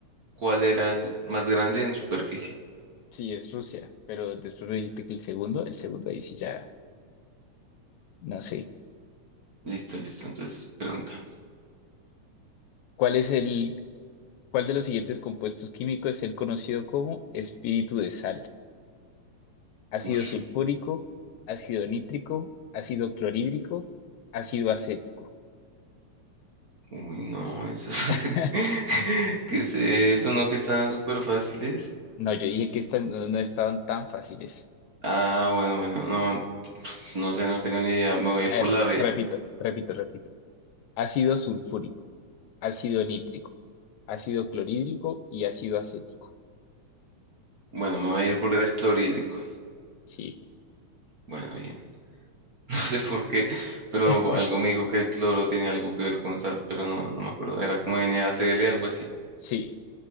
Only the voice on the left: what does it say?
sí, es Rusia, pero después me dijiste que el segundo, el segundo ahí sí ya, no sé.
¿Cuál es el ¿Cuál de los siguientes compuestos químicos es el conocido como espíritu de sal? Ácido
sulfúrico, ácido nítrico, ácido clorhídrico, ácido acético.
<laughs>
No, yo dije que estas no, no estaban tan fáciles.
A
ver,
repito, repito, repito. Ácido sulfúrico, ácido nítrico, ácido clorhídrico y ácido acético.
Sí,
<laughs>
sí,